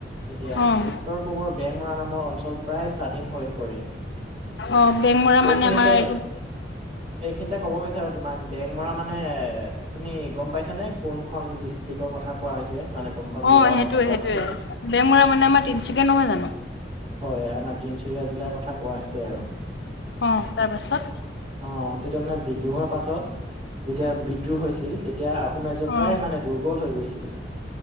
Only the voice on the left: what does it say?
অ',
অ বেংমৰা
মানে আমাৰ এইটো।
অ সেইটোয়ে
সেইটোয়ে
বেং মৰা মানে আমাৰ তিনিচুকীয়া নহয় জানো।
অ', তাৰপাছত
অ',